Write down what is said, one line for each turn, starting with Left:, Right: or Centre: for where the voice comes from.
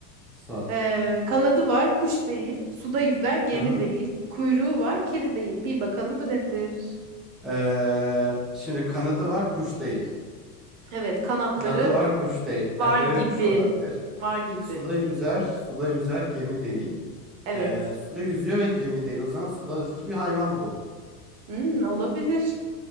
Centre: Sor.
Right: Ee, kanadı var, kuş değil. Suda yüzer, gemi
Centre: Hı hı.
Right: değil. Kuyruğu var, kedi değil. Bil bakalım bu nedir?
Centre: Ee, şimdi kanadı var kuş değil.
Right: Evet, kanatları
Centre: Kanadı var kuş değil. Ha,
Right: Var
Centre: deve
Right: gibi.
Centre: kuşu olabilir.
Right: Var gibi.
Centre: Suda yüzer, suda yüzer gemi değil.
Right: Evet.
Centre: Ee, suda yüzüyor ve gemi değil. O zaman sudaki bir hayvan bu.
Right: Hmm, olabilir.